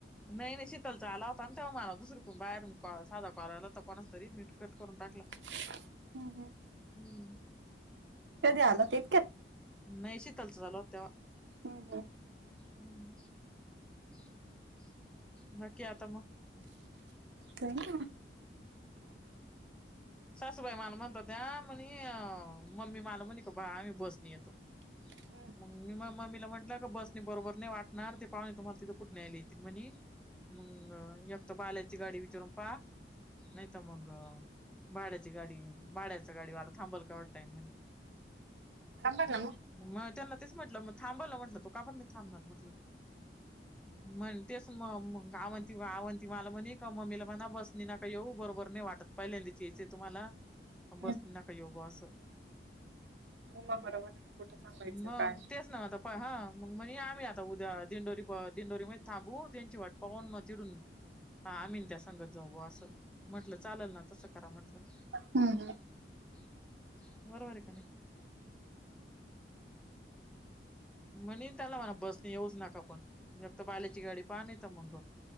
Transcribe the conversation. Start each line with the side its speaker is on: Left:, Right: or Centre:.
Centre: नाही नाही शीतल चा आला होता आणि तेव्हा मला दुसरं कोण बाहेर साधा करायला होता कोणाच तरी मिटकत करून टाकला
Right: हम्म हम्म
Centre: हम्म.
Right: कध आलं तेक.
Centre: नाही शतालच झाल तेव्हा.
Right: हम् हम्
Centre: हम्म. ह नकी आता म
Right: त ना
Centre: सासूबाई माला म्हणतो त्या म्हणे मम्मी माला म्हणे का बा आम्ही बसणी येतो
Right: ह
Centre: मी म म्मीला म्हटलं का बसने बरोबर नाही वाटणार ते पाहणे तुम्हाला तिथं कुठे्यायला येतील म्हणे. मंग एकत बाल्याची गाडी विचारून पा नाही तर मग भाड्याची गाडी भाड्याचा गाडी वाला थांबल का वाटतय म्हण
Right: थांबा ना
Centre: मग त्यांना तेच म्हटलं मग थांबायला म्हटलं तो का पण नाही थांबणार म्हट म्हण ते मग मग गावंती आवंती मला म्हणे का मम्मीला म्हणा बसणी नका येऊ बरोबर नाही वाटत पहिल्यांदी तुम्हाला
Right: मग
Centre: बस नका योगं असं
Right: उमा बरोबर आहे ना कुठं थांबायचं
Centre: मग
Right: काय
Centre: तेच ना आता ह मग म्हण आम्हीता उद्या दिंडोरी दिंडोरी म थांबू त्यांची वाट पान म तडून हा आम्ही त्या संगत जाऊ असं म्हटलं चालल ना तस बरोबर
Right: हम्म
Centre: आहे का नाही. म्हणे त्याला म्हणा बसने येऊच नका पण फक्त बाल्याची गाडी पाह नाही तर मंग